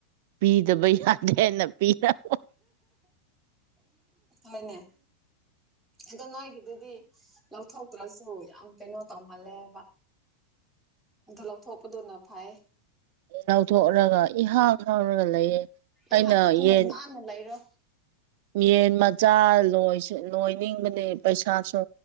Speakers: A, on the right; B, in the centre.
A: ꯄꯤꯗꯕ ꯌꯥꯗꯦꯅ ꯄꯤꯅꯕ
B: ꯍꯣꯏꯅꯦ ꯑꯗꯣ ꯅꯣꯏꯒꯤꯗꯨꯗꯤ ꯂꯧꯊꯣꯛꯇ꯭ꯔꯁꯨ ꯌꯥꯝ ꯀꯩꯅꯣ ꯇꯧꯃꯜꯂꯦꯕ ꯑꯗꯨ ꯂꯧꯊꯣꯛꯄꯗꯨꯅ ꯐꯩ
A: ꯂꯧꯊꯣꯛꯔꯒ ꯏꯍꯥꯡ ꯍꯥꯡꯔꯒ ꯂꯩꯌꯦ ꯑꯩꯅ
B: ꯏꯍꯥꯡ ꯍꯡꯉꯥ
A: ꯌꯦꯟ
B: ꯅꯥꯟꯅ ꯂꯩꯔꯦ
A: ꯌꯦꯟ ꯃꯆꯥ ꯂꯣꯢꯁꯨ ꯂꯣꯏꯅꯤꯡꯕꯅꯦ ꯄꯩꯁꯥꯁꯨ